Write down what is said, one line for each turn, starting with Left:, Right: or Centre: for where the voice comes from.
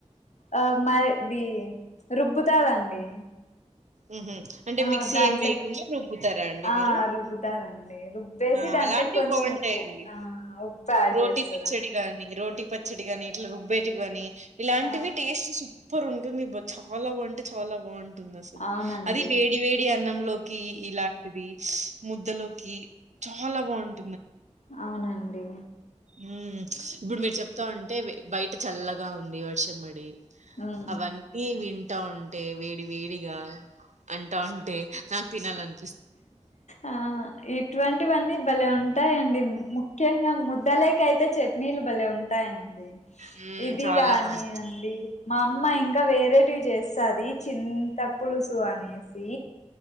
Left: ఆ మ ఇది రుబ్బుతాదండి
Right: ఆహా అంటే
Left: ఆ
Right: మిక్సీ
Left: దాంట్లోకి
Right: ఏమి వేయకుండా రుబ్బుతారా అండి
Left: ఆ
Right: మీరు
Left: రుబ్బుతారండి రుబ్బేసి
Right: ఆ
Left: దాంట్లోకి
Right: అలాంటివి
Left: కొంచెం
Right: బాగుంటాయండి
Left: ఉప్పు ఆ ఉప్పు యాడ్
Right: రోటీ
Left: చేస్తదండి
Right: పచ్చడి కానీ రో రోటి పచ్చడిగాని ఇట్లా రుబ్బేటియి గాని ఇలాంటివి
Left: ఆ
Right: టేస్ట్ సూపర్ ఉంటుంది చాలా బాగుంటే చాలా బాగుంటుంది అసలు
Left: అవునండి
Right: అది వేడి వేడి అన్నంలోకి ఇలాంటి ముద్దలోకి చాలా బాగుంటు
Left: అవునా అండి
Right: ఉమ్ ఇప్పుడు మీరు చెప్తా ఉంటే బయట చల్లగా ఉంది వర్షం పడి
Left: ఉమ్
Right: అవన్నీ వింట అంటా ఉంటే వేడి వేడిగా అంటా ఉంటే నాకు తినాలని
Left: ఆ ఇటువంటివన్నీ భలే ఉంటాయండి ముఖ్యంగా ముద్దలేక అయితే చట్నీలు భలే ఉంటాయండి
Right: హ్మ్
Left: ఇది
Right: చాలా
Left: కానీ
Right: బాగుంది
Left: అండి మా అమ్మ ఇంకా ఇంకా వేరేటియి చేస్తాది చింత పులుసు అనేసి